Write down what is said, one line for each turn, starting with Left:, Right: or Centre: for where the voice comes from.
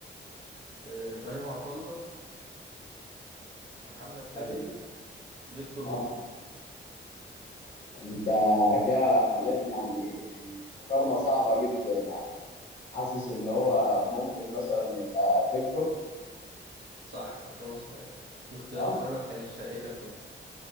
Right: آه، إبراهيم عطلة محمد كانتي
Left: ايوه
Right: فيكتور
Left: اه
Right: هوجو
Left: انت كده خلتني يعني المقارنه صعبه جدا يعني حاسس ان هو ممكن مثلا يبقى فيكتور
Right: صح إجابة صحيحة الاختيارات
Left: اه
Right: فعلا كانت شائكة شوية